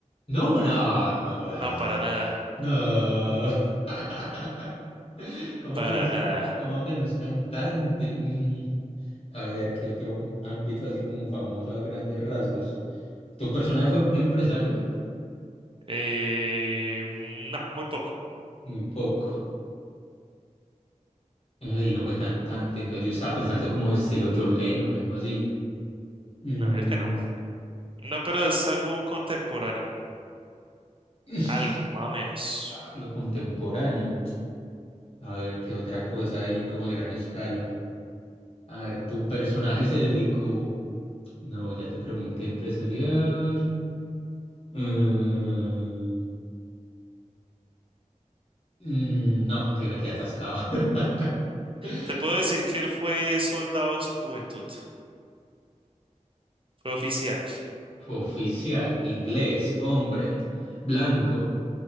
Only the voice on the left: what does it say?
No, no, no me jodas.
No. <laughs> ¿Cómo
que no es
can- cómo que no es cantante? Mm, A ver, ¿qué otro ámbito así como famoso a grandes rasgos? ¿Tu personaje fue empresario?
Muy poco. Y no fue cantante, entonces yo estaba pensando como estilo John Lennon, algo así. Mm,
<laughs>
lo contemporáneo. A ver, ¿qué otra cosa ahí como a gran escala? A ver, ¿tu personaje se dedicó? No, ya te pregunté empresarial. Eh, mm, no, que me quedé atascado. <laughs>
Me
quedé-
Oficial, inglés, hombre, blanco,